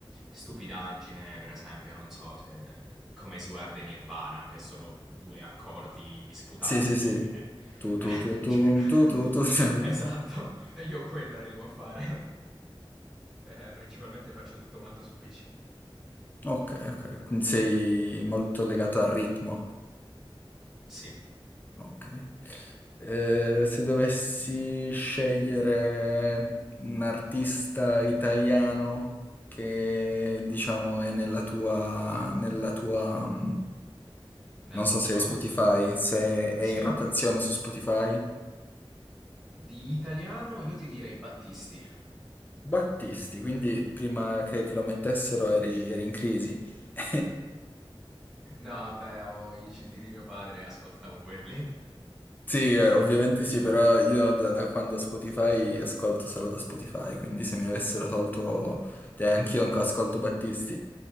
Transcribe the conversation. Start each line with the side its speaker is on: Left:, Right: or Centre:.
Centre: stupidaggine, per esempio, non so se come si guarda in Nirvana, che sono due accordi sputati
Left: Sì, sì,
Centre: lì
Left: sì.
Centre: e...
Left: Tu, tu,
Centre: <laughs>
Left: tu, tu, tu, tu, tu.
Centre: Esatto,
Left: <laughs>
Centre: io quello arrivo a fare. Beh, principalmente faccio tutto quanto su PC.
Left: Ok, ok, quindi sei molto legato al ritmo.
Centre: Sì,
Left: Ok. Eh, se dovessi scegliere un artista italiano che diciamo è nella tua, nella tua, mm,
Centre: nella
Left: non
Centre: top?
Left: so se hai Spotify, se è
Centre: Sì.
Left: in rotazione su Spotify,
Centre: Di italiano io ti direi Battisti.
Left: Battisti, quindi prima che, che lo mettessero eri, eri in crisi. <laughs>
Centre: No, beh, ho i CD di mio padre, ascoltavo quelli.
Left: Sì,
Centre: <laughs>
Left: eh, ovviamente
Centre: Tu invece?
Left: sì, però io da, da quando Spotify ascolto solo da Spotify, quindi se mi avessero tolto, cioè anch'io anche ascolto Battisti,